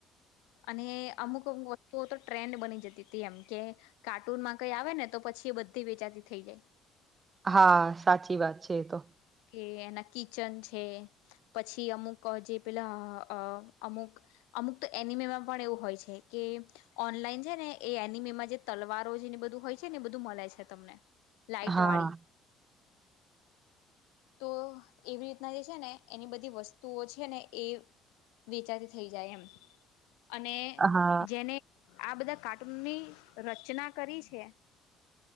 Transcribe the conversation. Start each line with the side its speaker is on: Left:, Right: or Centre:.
Left: અને અમુક વતુઓ તો ટ્રેન્ડ બની જતી તી એમ કે કાર્ટૂનમાં કઈ આવે ને તો પછી એ બધી વેચાતી થઈ જાય
Right: હા સાચી વાત છે એ તો.
Left: કે એના કિચન છે પછી અમુક જે પેલા અ અમુક અમુક તો એનિમેમાં પણ એવું હોય છે કે ઓનલાઈન છે ને એ એનિમેમાં જે તલવારો છે ને બ બધું હોય છે ને બધું મળે છે તમને લાઈટ
Right: હા
Left: વાળી. તો એવી રીતના એ છે ને એની બધી વસ્તુઓ છે ને એ વેચાતી થઇ જાય એમ. અને
Right: હા
Left: જેને આ બધા કાર્ટૂનની રચના કરી છે